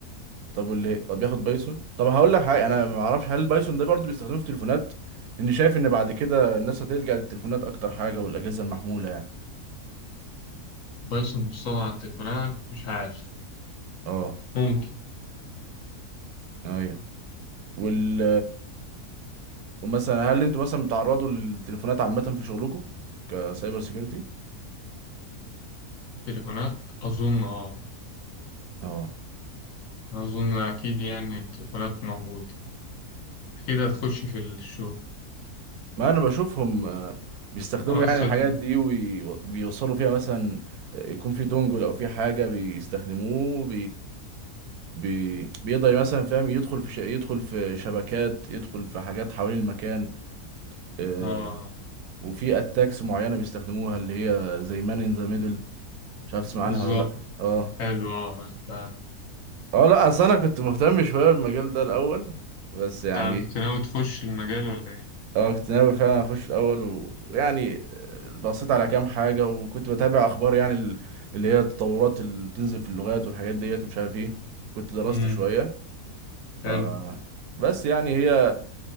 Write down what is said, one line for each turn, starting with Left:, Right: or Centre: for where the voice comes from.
Right: طب واللي طب بياخد بايثون طب هقول لك حاجه انا ما اعرفش هل البايثون ده برضه بيستخدموه في تليفونات لاني شايف ان بعد كده الناس هتلجأ للتليفونات اكتر حاجه والاجهزه المحموله يعني
Left: بايثون بتصنع على التليفونات مش عارف
Right: اه
Left: ممكن
Right: ايوه وال ومثلا هل انتوا مثلا بتعرضوا للتليفونات عامه في شغلكم كسايبر سيكيورتي
Left: تليفونات اظن اه
Right: اه
Left: أنا اظن اكيد يعني التليفونات موجوده اكيد هتخش في الشو
Right: ما انا بشوفهم آه، بيستخدموا
Left: اه أصل-
Right: يعني الحاجات دي وبيوصلوا فيها مثلا آه، يكون في دونجل او في حاجه بيستخدموه بي... بيقدر مثلا فاهم يدخل في ش... يدخل في شبكات يدخل في حاجات حوالين المكان آه...
Left: اه
Right: وفي اتاكس معينه بيستخدموها اللي هي زي مان ان ذا ميدل مش عارف تسمع عنها
Left: بالظبط
Right: ولا لا اه
Left: حلو اه انت
Right: اه لا اصل انا كنت مهتم شويه بالمجال ده الاول بس
Left: انت
Right: يعني إيه،
Left: كنت ناوي تخش المجال ولا ايه؟
Right: اه كنت ناوي فعلا اخش الاول و- ويعني آه، بصيت على كام حاجه وكنت بتابع اخبار يعني ال- اللي هي التطورات اللي بتنزل في اللغات والحاجات ديت ومش عارف ايه كنت درست
Left: امم
Right: شويه ف
Left: حلو
Right: بس يعني هي